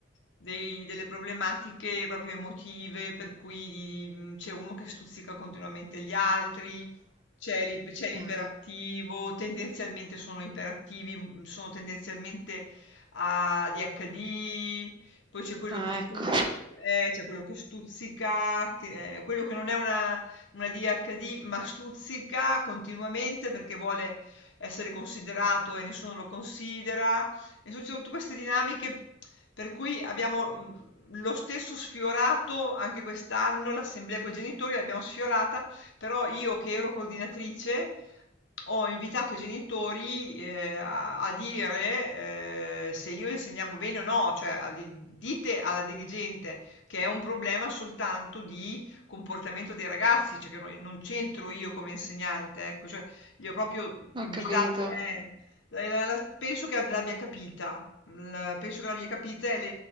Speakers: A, on the left; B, on the right.
A: dei- delle problematiche proprio emotive, per cui mm, c'è uno che stuzzica continuamente gli altri, c'è l'i- c'è l'iperattivo,
B: Ah,
A: tendenzialmente sono iperattivi, mm, sono tendenzialmente ah, a ADHD, poi c'è quello
B: ah,
A: che stuzz-
B: ecco,
A: eh, c'è quello che stuzzica, che- eh, quello che non è una, una DHD, ma stuzzica continuamente perché vuole essere considerato e nessuno lo considera. E so- ci sono tutte queste dinamiche per cui abbiamo mh, lo stesso sfiorato anche quest'anno l'assemblea con i genitori, l'abbiamo sfiorata, però io che ero coordinatrice ho invitato i genitori, ehm, a a dire, ehm, se io insegnavo bene o no, cioè a di dite alla dirigente che è un problema soltanto di comportamento dei ragazzi, cioè che no non c'entro io come insegnante, ecco, cioè li ho proprio Ah,
B: ho
A: invitati
B: capito.
A: eh, la la la penso che l'abbia capita. L penso che l'abbia capita e le